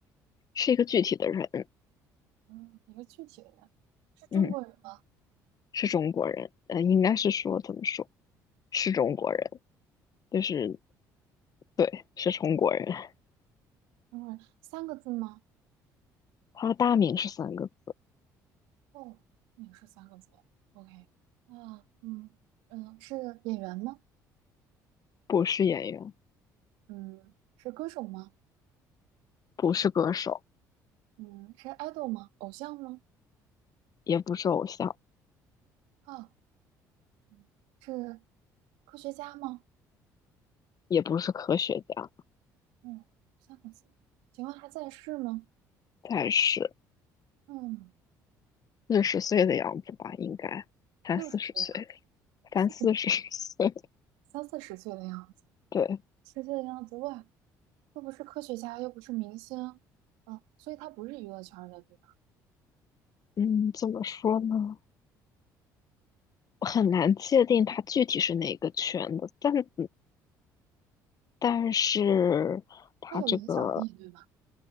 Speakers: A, on the left; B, on the right.
A: 是一个具体的人。
B: 嗯，一个具体的人，是中国人吗？
A: 嗯。是中国人，呃，应该是说怎么说，是中国人，就是对，是中国人。<laughs>
B: 中国人，三个字吗？
A: 他的大名是三个字，
B: 哦，也是三个字。OK，那嗯嗯，呃是演员吗？
A: 不是演员，
B: 嗯，是歌手吗？
A: 不是歌手，
B: 嗯，是 idol 吗？偶像吗？
A: 也不是偶像，
B: 啊，嗯是科学家吗？
A: 也不是科学家，
B: 嗯，三个字。请问还在世吗？
A: 但是
B: 嗯，
A: 四十岁的样子吧，应该三四十岁，
B: 六十岁的样子，
A: 三四十岁。
B: 四十几，三四十岁的样子，
A: <laughs> 对，
B: 四十岁的样子。哇，又不是科学家，又不是明星，啊，所以他不是娱乐圈的，对吧？
A: 嗯，怎么说呢？我很难界定他具体是哪个圈的，但嗯但是他这个
B: 他有影响力，对吧？